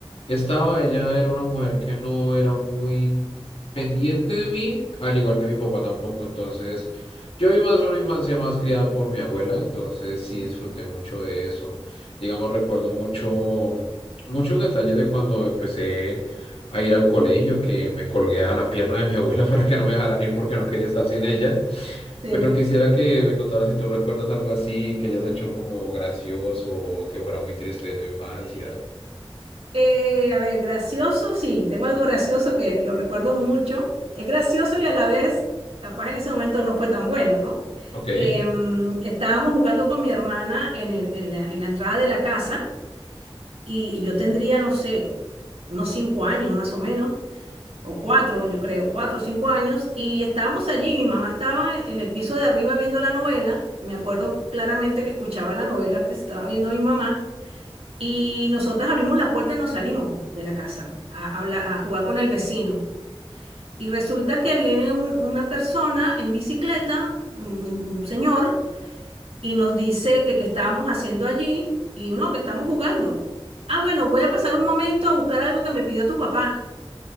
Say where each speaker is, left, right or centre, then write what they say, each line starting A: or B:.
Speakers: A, on the left; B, on the right.
A: estaba, ella era una mujer que no era muy pendiente de mí, al igual que mi papá tampoco. Entonces, yo vi más una infancia más criada por mi abuela, entonces sí disfruté mucho de eso. Digamos, recuerdo mucho, muchos detalles de cuando empecé a ir al colegio, que me colgué a la pierna de mi abuela <laughs> para que no me dejaran ir porque no quería estar sin ella.
B: Sí.
A: Pero quisiera que me contaras si tú recuerdas algo así, que hayas hecho como gracioso, que fuera muy triste de tu infancia.
B: Eh, a ver, gracioso, sí, tengo algo gracioso que lo recuerdo mucho. Es gracioso y a la vez, capaz en ese momento no fue tan bueno, ¿no?
A: Ok,
B: Em, estábamos jugando con mi hermana en el- en la, en la entrada de la casa y yo tendría, no sé, unos cinco años más o menos. o cuatro, yo creo, cuatro o cinco años, y estábamos allí, mi mamá estaba en, en el piso de arriba viendo la novela, me acuerdo claramente que escuchaba la novela que estaba viendo mi mamá, y nosotras abrimos la puerta y nos salimos de la casa a, hablar- a jugar con el vecino. Y resulta que viene un- una persona en bicicleta, un, un señor, y nos dice que qué estábamos haciendo allí, y no, que estamos jugando. Ah, bueno, voy a pasar un momento a buscar algo que me pidió tu papá.